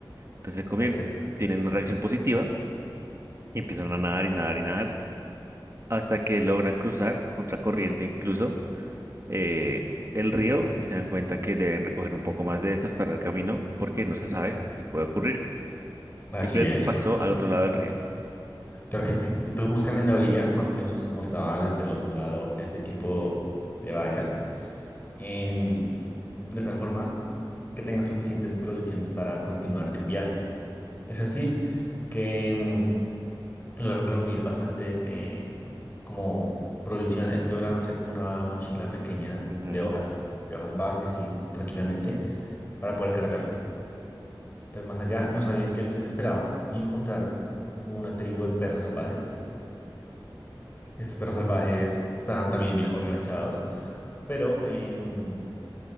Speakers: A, on the right; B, on the left.
A: Entonces se comien,
B: perfecto.
A: tienen una reacción positiva y empiezan a nadar y nadar y nadar hasta que logran cruzar contracorriente incluso eh, el río y se dan cuenta que deben recoger un poco más de estas para el camino porque no se sabe qué puede ocurrir.
B: así
A: ¿Qué crees
B: es.
A: que pasó al
B: En-
A: otro lado del río?
B: Claro que sí. Entonces buscan en la orilla, más o menos como estaba desde el otro lado, este tipo de vallas, em, de tal forma que tengan suficientes provisiones para continuar el viaje. Es así que em, logran reunir bastantes eh, como provisiones, logran hacer como una mochila pequeña
A: Ujú,
B: de hojas, de hojas base, así tranquilamente para poder cargarlas. Entonces, más allá, no sabían qué les esperaba y encontraron como una tribu de perros salvajes. Estos perros salvajes estaban también bien organizados, pero em,